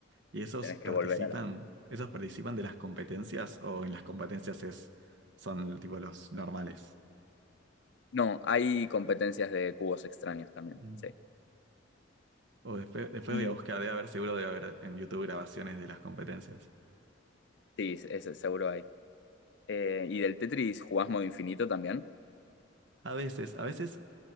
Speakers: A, on the right; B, on the left.
A: ¿Y esos
B: Tenés
A: participan,
B: que volver a la
A: esos participan de las competencias o en las competencias es, son tipo los normales?
B: No, hay competencias de cubos extraños también,
A: Mm.
B: sí.
A: O después, después
B: Y
A: voy a buscar, debe haber, seguro debe haber en YouTube grabaciones de las competencias.
B: sí, ese seguro hay. Eh, y del Tetris jugás modo infinito también.
A: A veces, a veces